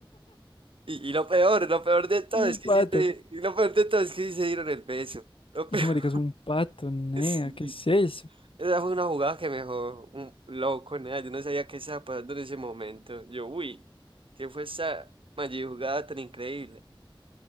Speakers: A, on the right; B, on the left.
A: Y, y lo peor, lo peor de todo
B: Es un
A: es que
B: pato.
A: sí se, y lo peor de todo es que sí se dieron el beso. Lo peor,
B: Ese marica es un pato,
A: <laughs>
B: nea,
A: sí.
B: ¿qué es eso?
A: Esa fue una jugada que me dejó un loco, nada. Yo no sabía qué estaba pasando en ese momento. Yo, uy, ¿qué fue esa mayor jugada tan increíble?